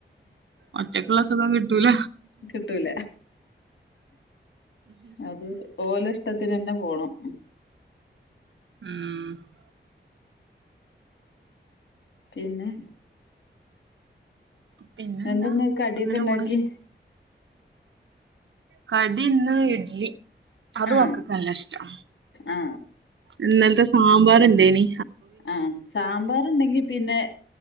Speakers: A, on the right; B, on the left.
A: ഒറ്റയ്ക്കുള്ള സുഖം കിട്ടൂല
B: കിട്ടൂല അത് ഓലെ ഇഷ്ടത്തിന് തന്നെ പോണം
A: ഉം
B: പിന്നെ
A: പിന്നെന്താ
B: എന്തൊന്ന് കടിയൊക്കെ
A: അങ്ങനെ
B: ഇണ്ടാക്കി
A: പോണ് കടി ഇന്ന് ഇഡ്ലി അത്
B: ആ
A: മക്കക്കല്ല ഇഷ്ടം
B: ആ
A: ഇന്നൽത്തെ സാമ്പാർണ്ടേനി
B: ആഹ് സാമ്പാറ് ഇണ്ടെങ്കി പിന്നെ